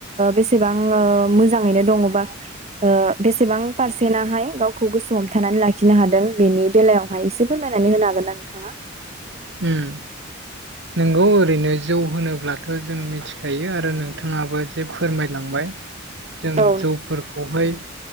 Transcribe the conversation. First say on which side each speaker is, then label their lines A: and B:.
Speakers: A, on the right (about 35°); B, on the right (about 60°).
A: बेसेबां मोजाङैनो दङ बा बेसेबां पारसेटहाय गावखौ गोसो हमथानानै लाखिनो हादों बेनि बेलायावहाय एसे फोरमाय नानै होनो हागोन ना नोंथाङा?
B: उम‌ नोंगौ ओरैनो जौ होनोब्लाथ जों मिथिखायो आरो नोंथाङाबो जे फोरमायलांबाय जों
A: औ
B: जौफोरखौ हाय